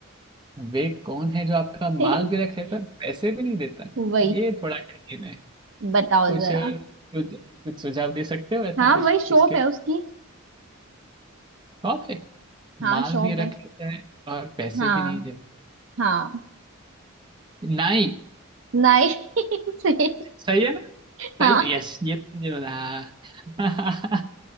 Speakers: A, on the right (about 20°); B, on the right (about 65°).
A: वे कौन है जो आपका माल
B: <laughs>
A: भी रख लेता है पैसे भी नहीं देता
B: वही
A: ये थोड़ा कठिन है
B: बताओ
A: कुछ
B: जरा
A: कुछ कुछ सुझाव दे सकते हो ऐसा
B: हाँ
A: कुछ
B: वही शॉप
A: इसके
B: है उसकी
A: टॉप है
B: हाँ
A: माल
B: शॉप
A: भी रख
B: है
A: लेता है और पैसे
B: हाँ
A: भी नहीं देता
B: हाँ
A: नाई
B: नाई से <laughs>
A: सही है ना सही
B: हाँ
A: है यस ये तो मुझे बता <laughs> हाँ।